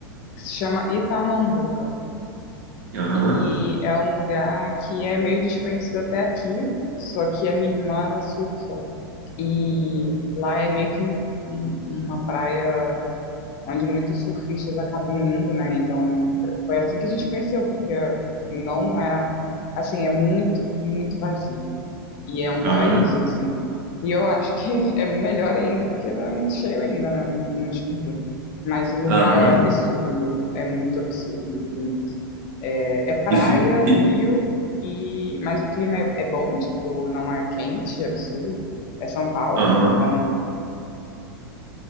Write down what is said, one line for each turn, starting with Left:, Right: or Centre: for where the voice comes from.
Left: que se chama Itamambuca.
Right: Aham.
Left: E é um lugar que é meio desconhecido até aqui, só que a minha irmã, ela surfa. E lá é meio que um- um- uma praia onde muitos surfistas acabam indo, né? Então, foi assim que a gente conheceu, porque não é, assim, é muito, muito vazio. E é um paraíso,
Right: Aham.
Left: assim. E eu acho que <laughs> é melhor ainda, porque não é muito cheio ainda, né? Não, não descobri. Mas o lugar
Right: Aham.
Left: é absurdo, é muito absurdo de bonito. É, é praia,
Right: E fi-
Left: rio,
Right: e-
Left: e mas o clima é, é bom, tipo, não é quente, é absurdo. É São Paulo,
Right: Aham.
Left: então